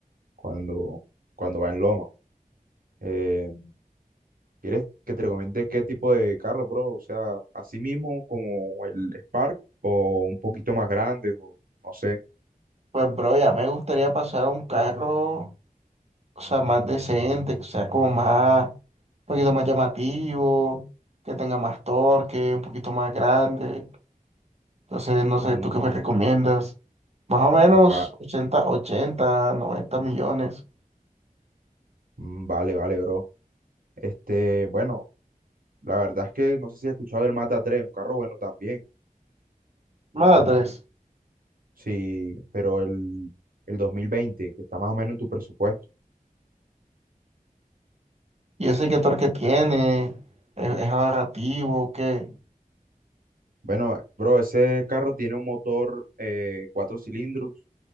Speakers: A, on the right; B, on the right.
A: cuando, cuando va en Loma. Eh, ¿quieres que te recomiende qué tipo de carro, bro? O sea, así mismo como el Spark o un poquito más grande, o no sé.
B: Pues, bro, ya me gustaría pasar a un carro, o sea, más decente, que sea como más, un poquito más llamativo, que tenga más torque, un poquito más grande. Entonces, no sé,
A: Mm,
B: tú qué me recomiendas. Más o menos
A: va,
B: 80 80 90 millones.
A: mm, vale, vale, bro. Este, bueno, la verdad es que no sé si has escuchado del Mata tres, un carro bueno también.
B: Madres.
A: Sí, pero el, el 2020 que está más o menos en tu presupuesto.
B: Y el sector que tiene es, es ahorrativo, que
A: Bueno, bro, ese carro tiene un motor eh, cuatro cilindros.